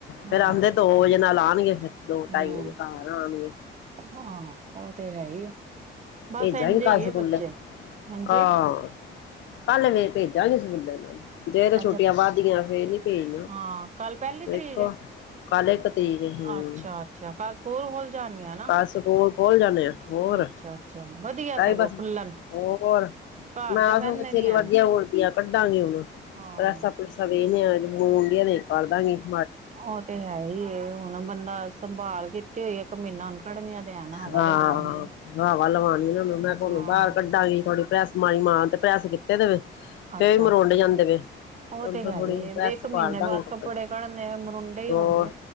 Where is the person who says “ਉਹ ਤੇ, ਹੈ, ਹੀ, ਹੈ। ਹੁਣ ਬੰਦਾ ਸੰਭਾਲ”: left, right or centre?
Right